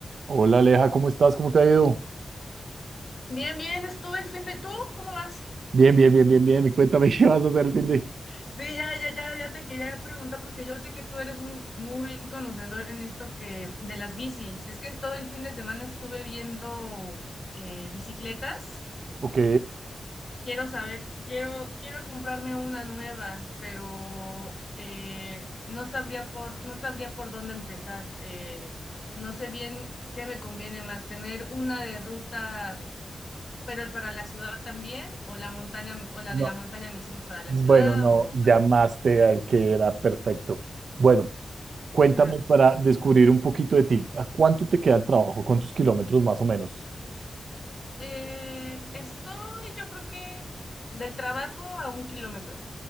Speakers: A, on the right (about 75°); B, on the left (about 45°).
A: Hola Aleja, ¿cómo estás? ¿Cómo te ha ido?
B: Bien, bien, estuve el fin de... ¿Tú cómo vas?
A: Bien, bien, bien, bien, bien. Cuéntame <laughs> qué vas a hacer el fin de...
B: Sí, ya, ya, ya, ya te quería preguntar porque yo sé que tú eres muy, muy conocedor en esto que de las bicis. Es que todo el fin de semana estuve viendo eh, bicicletas.
A: Ok,
B: Quiero saber, quiero, quiero comprarme una nueva, pero eh, no sabría por, no sabría por dónde empezar. Eh, no sé bien qué me conviene más, tener una de ruta pero para la ciudad también, o la montaña, o la
A: No,
B: de la montaña me sirve para la
A: bueno,
B: ciudad,
A: no,
B: o...
A: llamaste al que era perfecto. bueno, cuéntame
B: <laughs>
A: para descubrir un poquito de ti. ¿A cuánto te queda el trabajo? ¿Cuántos kilómetros más o menos?
B: Eh, estoy, yo creo que del trabajo a un kilómetro,